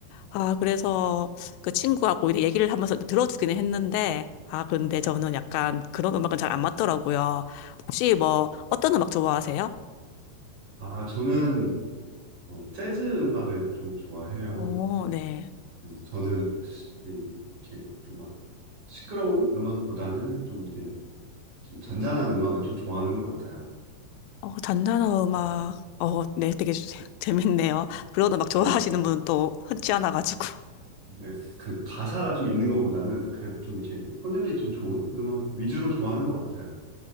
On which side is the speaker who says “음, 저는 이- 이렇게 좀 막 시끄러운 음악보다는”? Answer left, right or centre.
Right